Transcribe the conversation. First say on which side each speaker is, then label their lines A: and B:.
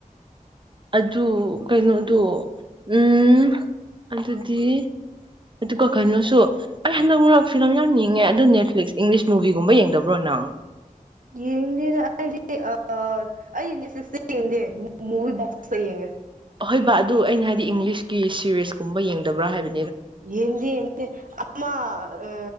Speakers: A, on the right; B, on the right.
A: ꯑꯗꯨ ꯀꯩꯅꯣꯗꯣ ꯎꯝ ꯑꯗꯨꯗꯤ ꯑꯗꯨꯒ ꯀꯩꯅꯣꯁꯨ ꯑꯩ ꯍꯟꯗꯛ ꯃꯔꯛ ꯐꯤꯂꯝ ꯌꯥꯝ ꯌꯦꯡꯉꯦ ꯑꯗꯨ ꯅꯦꯠꯐ꯭ꯂꯤꯛꯁ ꯏꯪꯂꯤꯁ ꯃꯨꯚꯤꯒꯨꯝꯕ ꯌꯦꯡꯗꯕ꯭ꯔꯣꯅ <unintelligible>
B: ꯌꯦꯡꯗꯦꯗ ꯑꯩꯗꯤ ꯑꯩ ꯑꯩ ꯅꯦꯠꯐ꯭ꯂꯤꯛꯁꯇ ꯌꯦꯡꯗꯦ ꯃꯨꯚꯤ ꯚꯣꯛꯁ ꯇꯣ ꯌꯦꯡꯉꯦ
A: ꯑꯍꯣꯏꯕ ꯑꯗꯨ ꯑꯩꯅ ꯍꯥꯏꯗꯤ ꯏꯪꯂꯤꯁꯀꯤ ꯁꯤꯔꯤꯁꯀꯨꯝꯕ ꯌꯦꯡꯗꯕ꯭ꯔꯥ ꯍꯥꯏꯕ
B: ꯌꯦꯡꯗꯦ ꯌꯦꯗꯦ ꯑꯃ ꯑ